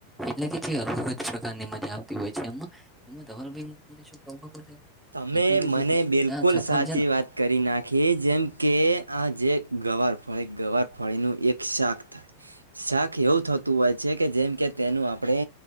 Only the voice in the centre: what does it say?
એટલે કે અલગ પ્રકારની મજા આવતી હોય છે એમાં. એમાં ધવલભાઈ <unintelligible>
એટલે કે જે
ત્યાં સફરજન
<inaudible>